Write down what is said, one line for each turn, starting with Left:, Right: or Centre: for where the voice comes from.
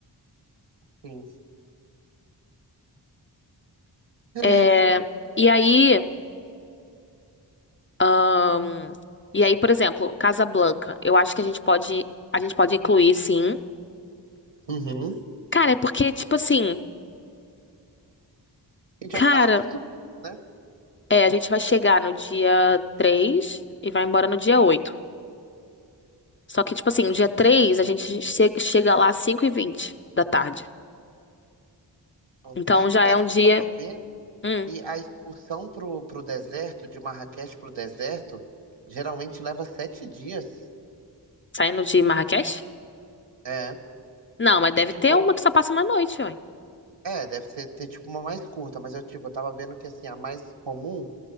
Right: sim. É.
Left: É, e aí. Ahn, e aí, por exemplo, Casablanca. Eu acho que a gente pode, a gente pode incluir, sim.
Right: Uhum.
Left: Cara, é porque, tipo assim,
Right: A gente
Left: cara,
Right: vai ficar lá cinco anos, né?
Left: é, a gente vai chegar no dia 3 e vai embora no dia 8. Só que, tipo assim, no dia 3 a gente che- chega lá às 5h20 da tarde.
Right: ok
Left: Então já
Right: cara,
Left: é um
Right: eu
Left: dia.
Right: tava vendo
Left: Hum,
Right: que a expulsão pro, pro deserto, de Marrakech pro deserto, geralmente leva sete dias.
Left: saindo de Marrakech?
Right: É,
Left: Não, mas deve
Right: tipo,
Left: ter uma que só passa uma noite, ué.
Right: é, deve ser ter tipo uma mais curta, mas eu, tipo, eu tava vendo que, assim, a mais comum